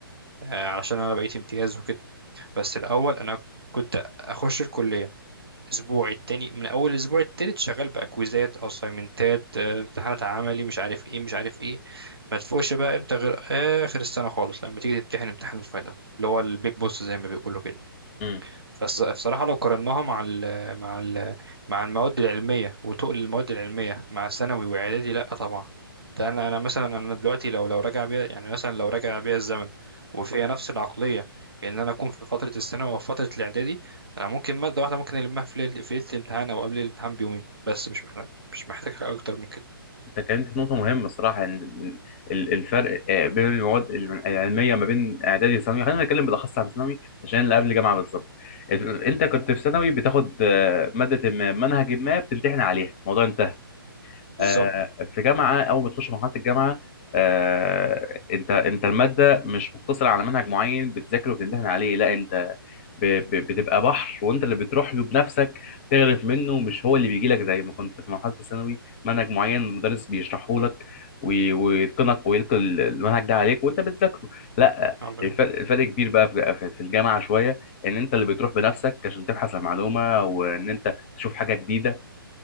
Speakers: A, on the right; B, on the left.
A: آه، علشان انا بقيت امتياز وكده بس الاول انا كنت اخش الكليه اسبوع التاني من اول الاسبوع التالت شغال باكويزات اسايمنتات امتحانات عملي مش عارف ايه مش عارف ايه ما تفوقش بقى امتى غير اخر السنه خالص لما تيجي تمتحن امتحان الفاينل اللي هو البيج بوس زي ما بيقولوا كده
B: مم.
A: بس بصراحة لو قارناها مع ال مع ال مع المواد العلمية وتقل المواد العلمية مع ثانوي وإعدادي لأ طبعا ده أنا أنا مثلا أنا دلوقتي لو لو راجع بيا يعني مثلا لو راجع بيا الزمن وفيها نفس العقلية إن أنا أكون في فترة الثانوي أو فترة الإعدادي أنا ممكن مادة واحدة ممكن ألمها في ليلة في ليلة الامتحان أو قبل الامتحان بيومين بس مش محتاج مش محتاج حاجة أكتر من كده
B: انت اتكلمت في نقطة مهمة الصراحة ان ال- الفرق آه، بين المواد العلمية ما بين اعدادي وثانوي خلينا نتكلم بالاخص عن ثانوي عشان اللي قبل جامعة بالظبط ال- انت كنت في ثانوي بتاخد آه، مادة ما منهج ما بتمتحن عليها الموضوع انتهى
A: بالظبط
B: آه، في جامعه اول ما تخش مرحله الجامعه آه، انت انت الماده مش مقتصره على منهج معين بتذاكره وبتمتحن عليه لا انت ب- ب- بتبقى بحر وانت اللي بتروح له بنفسك تغرف منه مش هو اللي بيجي لك زي ما كنت في مرحله الثانوي منهج معين المدرس بيشرحه لك وي- ويتقنك ويلقي ال- المنهج ده عليك وانت بتذاكره لا
A: والله
B: الفرق الفرق كبير بقى في في- في الجامعه شويه ان انت اللي بتروح بنفسك عشان تبحث عن معلومه وان انت تشوف حاجه جديده